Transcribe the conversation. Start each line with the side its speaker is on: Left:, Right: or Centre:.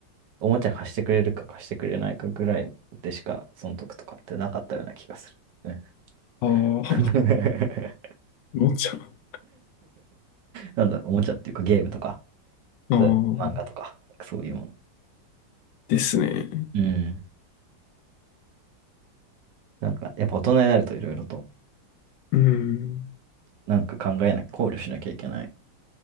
Right: おもちゃ貸してくれるか貸してくれないかぐらいでしか、損得とかってなかったような気がする。ね
Left: ああ、お
Right: <laughs>
Left: もちゃう。
Right: なんだろう、おもちゃっていうかゲームとか、
Left: ああ、
Right: そう漫画とか、そういうもの。
Left: ですね。
Right: うん。なんか、やっぱ大人になるといろいろと、
Left: うん。
Right: なんか考えなきゃ、考慮しなきゃいけない